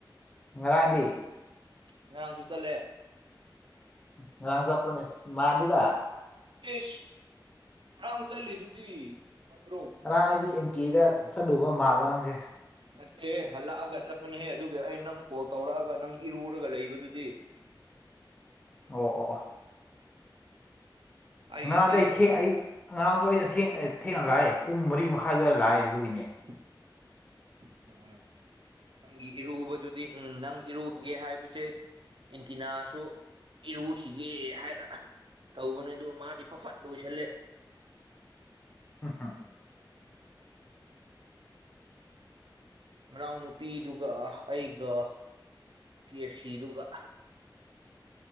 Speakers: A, on the left; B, on the right.
A: ꯉꯔꯥꯡꯗꯤ
B: ꯉꯔꯥꯡꯁꯨ ꯆꯠꯂꯦ
A: ꯉꯥꯡ ꯆꯄꯅꯦꯁ ꯃꯥꯅꯤꯗꯥ
B: ꯑꯦꯁ ꯉꯔꯥꯡ ꯆꯠꯂꯤꯗꯨꯗꯤ ꯉꯕ꯭ꯔꯣ
A: ꯉꯔꯥꯡ ꯑꯩꯗꯤ ꯑꯦꯝ ꯀꯦꯗ ꯆꯠꯂꯨꯕ ꯃꯥꯕ ꯅꯪꯁꯦ
B: ꯅꯠꯇꯦꯍꯦ ꯍꯜꯂꯛꯑꯒ ꯆꯠꯄꯅꯦꯍꯦ ꯑꯗꯨ ꯑꯩ ꯅꯪ ꯀꯣꯜ ꯇꯧꯔꯛꯑꯒ ꯅꯪ ꯏꯔꯨꯔꯒ ꯂꯩꯕꯗꯨꯗꯤ
A: ꯑꯣ ꯑꯣ ꯑꯣ
B: ꯑꯩꯅꯦ
A: ꯉꯔꯥꯡꯗ ꯑꯩ ꯊꯦꯡ ꯑꯩ ꯉꯔꯥꯡꯁꯨ ꯑꯩꯅ ꯊꯦꯡꯅ ꯂꯥꯛꯑꯦ ꯄꯨꯡ ꯃꯔꯤ ꯃꯈꯥꯏ ꯑꯗꯋꯥꯏ ꯂꯥꯛꯑꯦ ꯑꯗꯨꯒꯤꯅꯦ
B: <unintelligible> ꯅꯪꯒꯤ ꯏꯔꯨꯕꯗꯨꯗꯤ ꯎꯝ ꯅꯪ ꯏꯔꯨꯈꯤꯒꯦ ꯍꯥꯏꯕꯁꯦ ꯑꯦꯟꯇꯤꯅꯥꯁꯨ ꯏꯔꯨꯈꯤꯒꯦ ꯍꯥꯏꯔ ꯇꯧꯕꯅꯦ ꯑꯗꯨ ꯃꯥꯗꯤ ꯐ ꯐꯠ ꯂꯣꯏꯁꯜꯂꯦ
A: ꯎꯝ ꯍꯝ
B: ꯃꯅꯥꯎꯅꯨꯄꯤꯗꯨꯒ ꯑꯩꯒ ꯀꯦ ꯁꯤꯗꯨꯒ